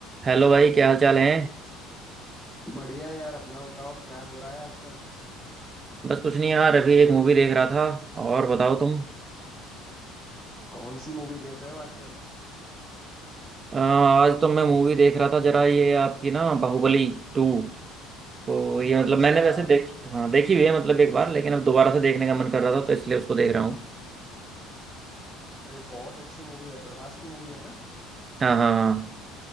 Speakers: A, on the right; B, in the centre.
A: Hello भाई क्या हाल चाल है
B: बढ़िया है यार अपना बताओ क्या हो रहा है आजकल
A: बस कुछ नहीं यार अभी एक मूवी देख रहा था और बताओ तुम
B: कौन सी मूवी देख रहे हो आजकल
A: अ, आज तो मैं मूवी देख रहा था जरा ये आपकी ना बाहुबली टू तो ये मतलब
B: अच्छा
A: मैंने वैसे देख
B: ये तो
A: हाँ देखी हुई है मतलब एक बार लेकिन अब दोबारा से देखने का मन कर रहा था तो इसलिए उसको देख रहा हूँ
B: अरे बहुत अच्छी मूवी है प्रभास की मूवी है ना
A: हाँ हाँ हाँ